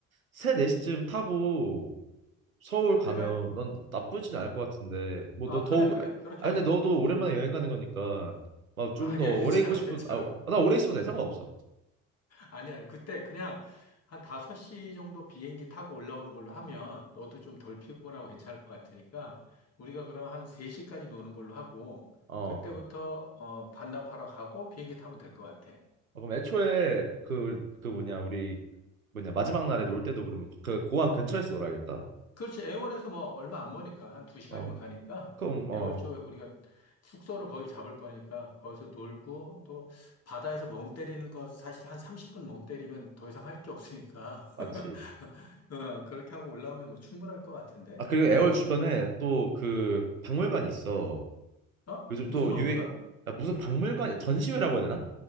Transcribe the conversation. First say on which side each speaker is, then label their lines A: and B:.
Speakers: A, on the right; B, on the left.
A: 세 네시쯤 타고 서울
B: 그래?
A: 가면 난 나쁘진 않을 것 같은데 뭐
B: 아,
A: 너 더욱
B: 그래, 그래. 그렇게
A: 아
B: 하자.
A: 근데 너도 오랜만에 여행 가는 거니까 막 좀
B: 아니야,
A: 더
B: <laughs> 괜찮아,
A: 오래 있고 싶은
B: 괜찮아.
A: 아나 오래 있어도 돼 상관없어
B: 아니야, 아니. 그때 그냥 한 5시 정도 비행기 타고 올라오는 걸로 하면 너도 좀 덜 피곤하고 괜찮을 것 같으니까 우리가 그럼 한 3시까지 노는 걸로 하고
A: 음어음어
B: 그때부터 어, 반납하러 가고 비행기 타면 될 것 같아.
A: 그럼 애초에 그 그 뭐냐 우리 뭐냐 마지막 날에 놀 때도 그러면 그 고항 근처에서 놀아야겠다
B: 그렇지. 애월에서 뭐 얼마 안 머니까 한 2시간이면
A: 어
B: 가니까
A: 그럼 어
B: 애월 쪽에 우리가 숙소를 거기 잡을 거니까 거기서 놀고 또 바다에서 멍 때리는 거 사실 한 30분 멍 때리면 더 이상 할 게 없으니까
A: 맞지
B: <laughs> <laughs> 어, 그렇게 하고 올라오면 뭐 충분할 것 같은데.
A: 아 그리고 애월
B: 어,
A: 주변에 또 그 박물관이 있어
B: 어?
A: 요즘
B: 무슨
A: 또
B: 박물관?
A: 유행 아, 무슨 박물관 전시회라고 해야 되나